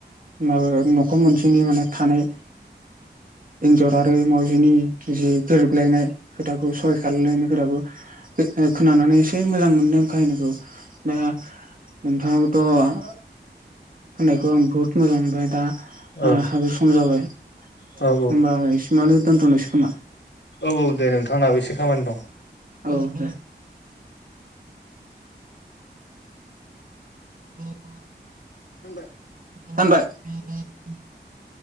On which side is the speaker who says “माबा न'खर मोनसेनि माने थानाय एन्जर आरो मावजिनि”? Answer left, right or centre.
Right